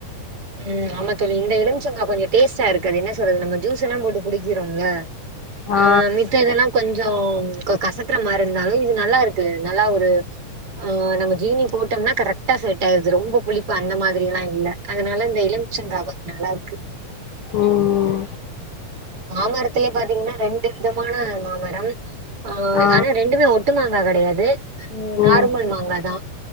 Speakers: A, on the right (about 40°); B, on the left (about 80°).
A: உம் ஆமா சொல்லி இந்த எழும்சங்கா கொஞ்சோ டேஸ்ட்டா இருக்கு அது என்ன சொல்றது நம்ம ஜூஸ் எல்லாம் போட்டு குடிக்குறோம்ல
B: ஆ
A: ஆஹ் மித்ததெல்லாம் கொஞ்சம் <unintelligible> கொஞ் கசக்கற மாரி இருந்தாலும் இது நல்லா இருக்குது நல்லா ஒரு ஆஹ் நம்ம ஜீனி போட்டோம்னா கரெக்டா செட் ஆயிர்து ரொம்ப புளிப்பு அந்த மாதிரில்லாம் இல்ல அதனால இந்த எழும்சங்கா கொஞ்சம் நல்லா இருக்கு
B: உம்
A: மாமரத்திலேயே பாத்தீங்கன்னா ரெண்டு விதமான மா வரவு ஆஹ
B: ஆ
A: ஆனா ரெண்டுமே ஒட்டுமா <unintelligible> கிடையாது உம் நார்மல்
B: ம்
A: மாங்காதான்